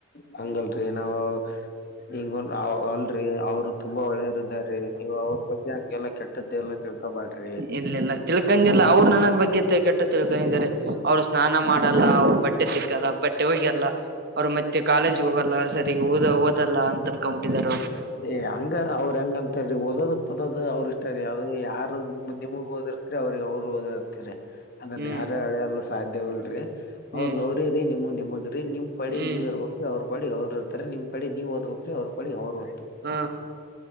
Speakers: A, on the left (about 45°); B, on the right (about 45°).
A: ಹಂಗಲ್ರಿ ನಾವು ಹಿಂಗೇ ಅಲ್ರರಿ ಅವರು. ತುಂಬಾ ಒಳ್ಳೇರುದಾರ್ರೀ ನೀವು ಅವ್ರ ಬಗ್ಗೆ ಹಗೆಲ್ಲಾ ಕೆಟ್ಟದ್ದ ಎಲ್ಲ ತಿಳ್ಕೋಬೇಡ್ರಿ.
B: ಇಲ್ಲ ಇಲ್ಲ ತಿಳ್ಕೊಂಡಿಲ್ಲ ಅವ್ರು ನನ್ನ ಬಗ್ಗೆ ತಪ್ಪು ಕೆಟ್ಟ ತಿಳ್ಕೊಂಡಿದ್ದಾರೆ ಅವ್ರು ಸ್ನಾನ ಮಾಡಲ್ಲ ಅವರು ಬಟ್ಟೆ ತಿಕ್ಕಲ್ಲ. ಬಟ್ಟೆ ಹೋಗಿಯಲ್ಲ ಅವ್ರು ಮತ್ತೆ ಕಾಲೇಜ್ಗೆ ಹೋಗಲ್ಲ ಸರಿ ಓದ ಓದಲ್ಲ ಅಂತ ಅನ್ಕೊಂಡ್ಬಿಟ್ಟಿದ್ದಾರೆ ಅವರು.
A: ಏ ಹಂಗ ಅವ್ರ ಹೆಂಗ ಅಂತಾರೀ ಓದೋದು ಪದ್ ಅವರು ಇಷ್ಟ ರೀ ಯಾವ ಯಾರ. ನಿಮಗ್ ಓದಿರ್ತರಿ ಅವ್ರಗ್ ಅವರು ಓದಿರ್ತರಿ ಅದನ್
B: ಹ್ಮ್
A: ಯಾರು ಅಳೆಯಲು ಸಾಧ್ಯವಲ್ರಿ. ಅವ್ರದ್ದ
B: ಹ್ಮ್
A: ಅವ್ರಿರೀ ನಿಮಗ್ ನಿಮಗ್ರೀ ನಿಮ್. ಪಡಿ
B: ಹ್ಮ್
A: ನೀವ ಇರ್ಬೇಕ್ರಿ ಅವ್ರರು ಪಾಡಿಗೆ ಅವ್ರು ಇರ್ತಾರೆ ನಿಮ್ಮ ಪಾಡಿಗೆ ನೀವ್ ಓದ್ಬೇಕ್ರೀ ಅವ್ರ ಪಾಡಿಗೆ ಅವರು.
B: ಹ್ಮ